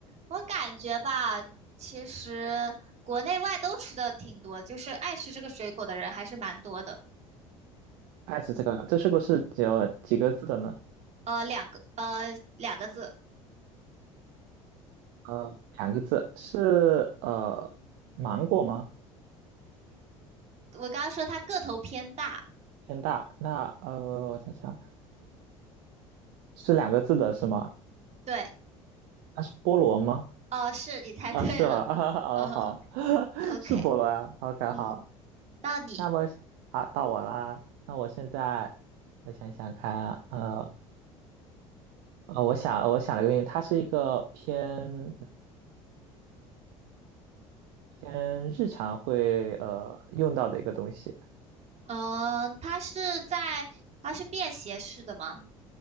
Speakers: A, on the right; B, on the right.
A: 我感觉吧，其实国内外都吃的挺多的就是爱吃这个水果的人还是蛮多的。
B: 爱吃这个？这水果是只有几个字的呢？
A: 呃，两个呃两个字。
B: 呃，两个字是呃芒果吗？
A: 我刚刚说它个头偏大，
B: 偏大。那呃，我想想，是两个字的是吗？
A: 对，
B: 那是菠萝吗？
A: 哦，是你猜对了，
B: 啊，是吗？<laughs> 啊，哦好，
A: 哦
B: <laughs>
A: ，OK，
B: 是菠萝啊。OK，
A: 嗯，
B: 好。
A: 你，
B: 那么好，到我啦。那我现在我想想看，呃呃，我想我想了个东西，它是一个偏偏日常会呃用到的一个东西。
A: 嗯，它是在，它是便携式的吗？